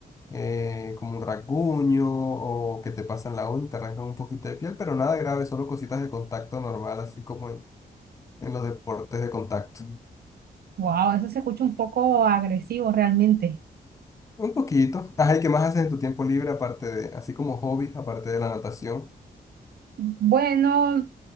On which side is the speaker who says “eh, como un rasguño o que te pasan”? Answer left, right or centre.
Left